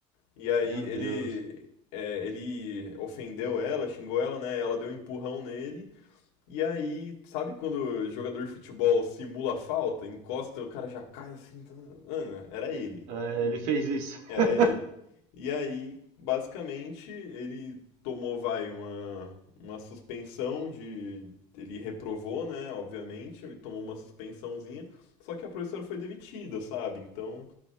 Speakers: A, on the left; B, on the right.
A: E aí
B: Meu
A: ele.
B: Deus.
A: é, ele ofendeu ela, xingou ela, né? Ela deu um empurrão nele. E aí, sabe quando o jogador de futebol simula falta, encosta, o cara já cai assim. tá- Mano, era ele.
B: É, ele fez isso.
A: Era
B: <laughs>
A: ele. E aí, basicamente, ele tomou, vai, uma, uma suspensão de. Ele reprovou, né? Obviamente, e tomou uma suspensãozinha. Só que a professora foi demitida, sabe? Então,